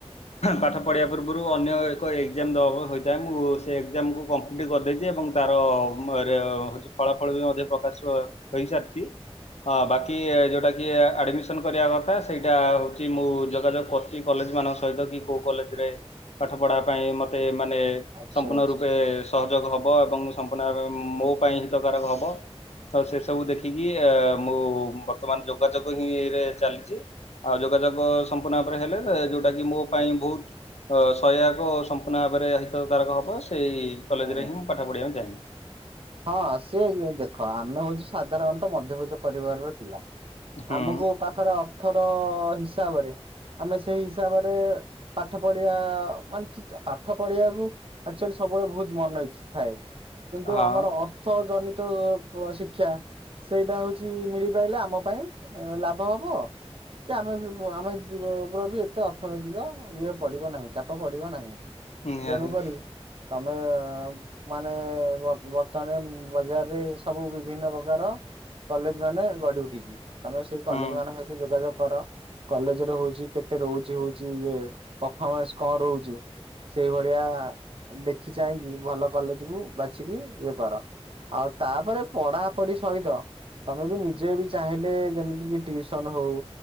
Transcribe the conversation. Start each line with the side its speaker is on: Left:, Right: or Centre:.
Left: ପାଠ ପଢିବା ପୂର୍ବରୁ ଅନ୍ୟ ଏକ ଏକ୍ଜାମ ଦେବା ହୋଇଥାଏ ମୁଁ ସେ ଏକ୍ଜାମକୁ କମ୍ପ୍ଲିଟି କରିଦେଇ ଏବଂ ତାର ହଉଛି ଫଳା ଫଳ ବି ମଧ୍ୟ ପ୍ରକାଶ ହେଇସାରିଛି। ହଁ ବାକି ଯୋଉଟା କି ଆଡମିସନ କରିବା କଥା ସେଇଟା ହଉଛି ମୁଁ ଯୋଗାଯୋଗ କରଛି କଲେଜ ମାନଙ୍କ ସହିତ କି କୋଉ କଲେଜରେ ପାଠ ପଢା ପାଇଁ ମତେ
Right: ଆଚ୍ଛା
Left: ସମ୍ପୂର୍ଣ
Right: ଆଚ୍ଛା
Left: ରୂପେ ସହଯୋଗ ହବ ହେବ ଏବଂ ସମ୍ପୂର୍ଣ୍ଣ ଭାବେ ମୋ ପାଇଁ ହିତକାରକ ହବ ସେସବୁ ଦେ ଖିକି ମୁଁ ବର୍ତ୍ତମାନ ଯୋଗାଯୋଗ ହିଁରେ ଚାଲିଛି ଆଉ ଯୋଗାଯୋଗ ସମ୍ପୂର୍ଣ୍ଣ ହେଲେ ଯୋଉଟା କି ମୋ ପାଇଁ ବହୁତ ସହାୟକ ସମ୍ପୂର୍ଣ ଭାବରେ ହିତକାରକ ହବ। ସେଇ କଲେଜରେ
Right: ହଁ।
Left: ହିଁ ମୁଁ ପାଠ ପଢ଼ିବାକୁ ଚାହବି।
Right: ହଁ ସିଏ ଦେଖ, ଆମେ ହଉଛୁ ସାଧାରଣତଃ ମଧ୍ୟବିତ୍ତ ପରିବାରର ପିଲା
Left: ହୁଁ
Right: ଆମକୁ ପାଖରେ ଅର୍ଥର ହିସାବରେ ଆମେ ସେଇ ହିସାବରେ ପାଠ ପଢ଼ିଆ, ମାନେ ପାଠ ପଢିବାକୁ ଆକୁଚୁଆଲି ସବୁବେଳେ ବହୁତ ମନ ଇ ଥାଏ, କିନ୍ତୁ
Left: ହଁ
Right: ଆମର ଅର୍ଥ ଜନିତ ଶିକ୍ଷା ସେଇଟା ହଉଛି ମିଳିପାଇଲେ, ଆମ ପାଇଁ ଲାଭ ହବ। କି ଆମେ ବି ଆମେ ବି ଏତେ ଅର୍ଥନୈତିକ ଇଏ ପଡିବ ନାହିଁ, ଚାପ ପଡିବ ନାହିଁ।
Left: ହଁ
Right: ତେଣୁକରି
Left: ଆ <unintelligible> ରିକ
Right: ତମେ ମାନେ? ମାନେ, ବଜାରରେ ସବୁ ବିଭିନ୍ନ ପ୍ରକାର କଲେଜ ମାନେ ଗଢ଼ି ଉଠିଛି। ତମେ ସେଇ କଲେଜ
Left: ହୁଁ
Right: ମାନଙ୍କ ଏତ ଯୋଗାଯୋଗ କର କଲେଜ ର ହଉଛି, କେତେ ରହୁଛି ହଉଛି ଇଏ ପରଫମାନ୍ସ କଣ ରହୁଛି? ସେଇ ଭଳିଆ ଦେଖି ଚାହିଁକି ଭଲ କଲେଜକୁୁ ବାଛିିକି ଇଏ କର। ଆଉ ତାପରେ ପଢାପଢି ସହିତ ତମେ ବି ନିଜେ ବି ଚାହିଁଲେ, ଯେମିତିକ ଟିଉସନ ହଉ